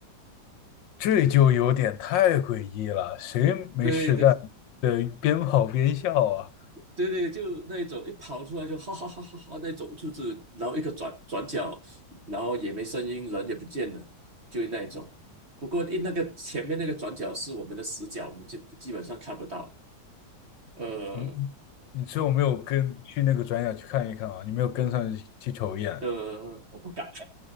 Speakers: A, on the left; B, on the right.
A: 这就有点太诡异了，谁没事干？
B: 对对，
A: 对，边跑边笑啊！
B: 对对，就那一种一跑出来就哈哈哈哈哈那种，就是然后一个转转角，然后也没声音，人也不见了，就是那一种。不过一那个前面那个转角是我们的死角，我们就基本上看不到。呃
A: 我你只有没有跟去那个转角去看一看啊？你没有跟上去去瞅一眼。
B: 呃，我不敢。